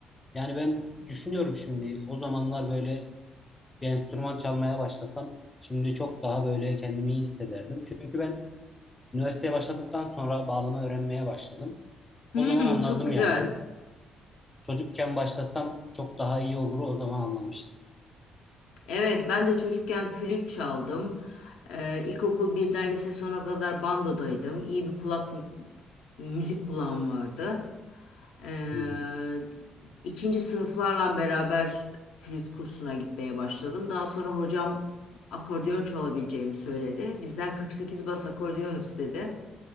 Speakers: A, on the left; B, on the left.
A: Yani ben düşünüyorum şimdi o zamanlar böyle bir enstrüman çalmaya başlasam şimdi çok daha böyle kendimi iyi hissederdim. Çünkü ben üniversiteye başladıktan sonra bağlama öğrenmeye başladım.
B: Hmm,
A: O zaman anladım
B: çok güzel.
A: yani. O Çocukken başlasam çok daha iyi olur o zaman anlamıştım.
B: Evet, ben de çocukken flüt çaldım. Ee, ilkokul birden lise sona kadar bandodaydım. İyi bir kulak müzik kulağım vardı. Ee,
A: Hı hı,
B: ikinci sınıflarla beraber flüt kursuna gitmeye başladım. Daha sonra hocam akordeon çalabileceğimi söyledi. Bizden 48 bas akordeon istedi.